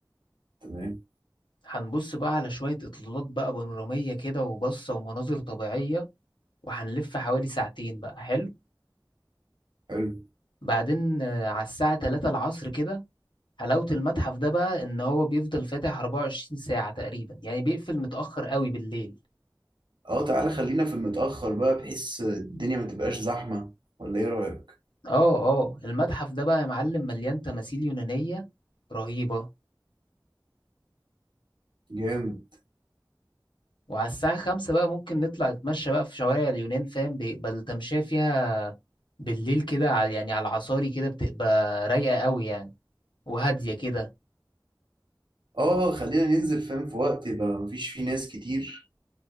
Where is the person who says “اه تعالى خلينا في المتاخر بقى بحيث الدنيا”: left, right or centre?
Right